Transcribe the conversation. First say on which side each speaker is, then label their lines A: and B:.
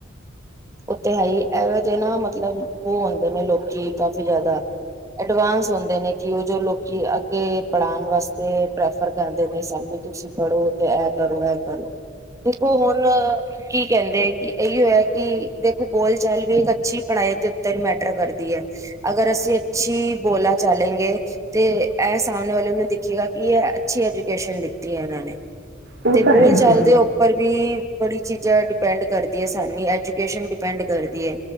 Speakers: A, on the right (about 15°); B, on the right (about 55°).
A: ਉਹ ਤੇ ਹੈ ਹੀ ਇਹਵੇ ਦੇ ਨਾ ਮਤਲਬ ਉਹ ਹੋਂਦੇ ਨੇ ਲੋਕੀ ਕਾਫੀ ਜ਼ਿਆਦਾ, ਐਡਵਾਂਸ ਹੁਂਦੇ ਨੇ ਕਿ ਉਹ ਜੋ ਲੋਕੀ ਅੱਗੇ ਪੜ੍ਹਾਉਣ ਵਾਸਤੇ ਪ੍ਰੈਫਰ ਕਰਦੇ ਨੇ ਸਾਨੁ ਤੁਸੀਂ ਪੜੋ ਤੇ ਇਹ ਕਰੋ ਇਹ ਕਰੋ ਦੇਖੋ ਹੁਣ ਕੀ ਕਹਿੰਦੇ ਆ ਕਿ ਇਹੀ ਹੈ ਕਿ ਦੇਖੋ ਬੋਲ ਚਾਲ ਵੀ ਇੱਕ ਅੱਛੀ ਪੜ੍ਹਾਈ ਦੇ ਉੱਤਰ ਮੈਟਰ ਕਰਦੀ ਹੈ, ਅਗਰ ਅਸੀਂ ਅੱਛੀ ਬੋਲਾ ਚਾਲੇਗੇਂ ਤੇ ਇਹ ਸਾਹਮਣੇ ਵਾਲੇ ਉਹਨੂੰ ਦੇਖੀਗਾ ਕਿ ਇਹ ਅੱਛੀ ਐਜੂਕੇਸ਼ਨ ਲ ਕੀਤੀਆਂ ਇਹਨਾਂ ਨੇ
B: ਉਹ
A: ਤੇ
B: ਤਾਂ
A: ਬੋਲ
B: ਹੈ ਹੀ
A: ਚਾਲ
B: ਫਿਰ
A: ਦੇ ਉੱਪਰ ਵੀ ਬੜੀ ਚੀਜ਼ਾਂ ਡਿਪੈਂਡ ਕਰਦੀ ਆਸਾਨੀ ਅੱਜ ਕੇਸ਼ਨ ਡਿਪੈਂਡ ਕਰਦੀ ਹੈ